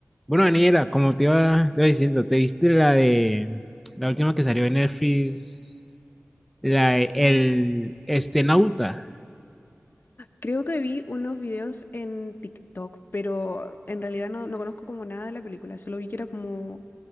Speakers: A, in the centre; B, on the left (about 50°).
A: Bueno, Daniela, como te iba, te iba diciendo, ¿te viste la de la última que salió en Netflix? La de el Estenauta.
B: Creo que vi unos videos en TikTok, pero en realidad no, no conozco como nada de la película, solo vi que era como,